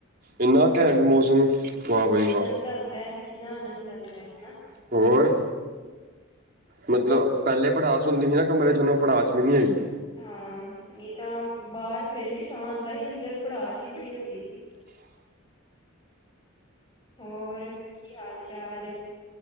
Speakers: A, on the right (about 45°); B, on the left (about 25°).
A: ਇੰਨਾ ਘੈਂਟ ਮੌਸਮ, ਵਾਹ ਬਈ ਵਾਹ।
B: ਅਨੰਦ ਹੁੰਦਾ ਹੈ। ਕਿੰਨਾ ਆਨੰਦ ਆਉਂਦਾ ਹੈ, ਹਨਾ।
A: ਹੋਰ ਮਤਲਬ, ਪਹਿਲੇ ਪੜਾਸ ਹੁੰਦੀ ਸੀ ਨਾ ਕਮਰੇ 'ਚ, ਹੁਨ ੳਹ ਪੜਾਸ਼ ਵੀ ਨਹੀਂ ਹੈਗੀ।
B: ਹਾਂ ਨਹੀਂ ਤਾਂ ਬਾਹਰ ਫਿਰ ਵੀ ਸਾਹ ਆਉਂਦਾ ਸੀ, ਅੰਦਰ ਪੜਾਸ ਹੀ ਬੜੀ ਹੁੰਦੀ ਸੀ। ਹੋਰ, ਕੀ ਹਾਲ-ਚਾਲ ਹੈ।